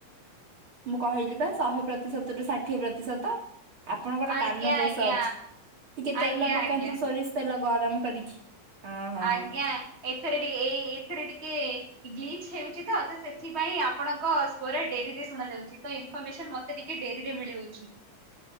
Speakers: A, on the right; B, on the right.
A: ମୁଁ କହିଲି ବା ଶହେ ପ୍ରତିଶତ ରୁ ଷାଠିଏ ପ୍ରତିଶତ। ଆପଣଙ୍କର
B: ଆଜ୍ଞା
A: କାନ ଦୋଷ
B: ଆଜ୍ଞା
A: ଅଛି। ଟିକେ
B: ଆଜ୍ଞା
A: ତେଲ ପକାନ୍ତୁ,
B: ଆଜ୍ଞା
A: ସୋରିଷ ତେଲ ଗରମ କରିକି। ହଁ ହଁ
B: ଆଜ୍ଞା, ଏଥରେ ଟିକେ ଏଇ ଏଥିରେ ଟିକେ ଗ୍ଲିଚ୍ ହେଉଛି ତ, ସେ ସେଥିପାଇଁ ଆପଣଙ୍କ ସ୍ଵର ଡେରିରେ ଶୁଣା ଯାଉଛି। ତ ଇ ଫରମେସନ୍ ମତେ ଟିକେ ଡେରିରେ ମିଳୁଛି।